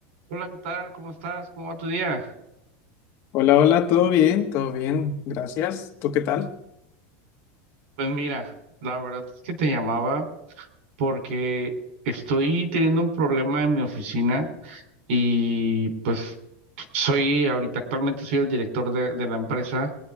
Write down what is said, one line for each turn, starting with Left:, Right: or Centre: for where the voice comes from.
Right: Hola, ¿qué tal? ¿Cómo estás? ¿Cómo va tu día?
Left: Hola, hola, todo bien, todo bien, gracias. ¿Tú qué tal?
Right: Pues mira, la verdad es que te llamaba porque estoy teniendo un problema en mi oficina y pues soy ahorita actualmente soy el director de, de la empresa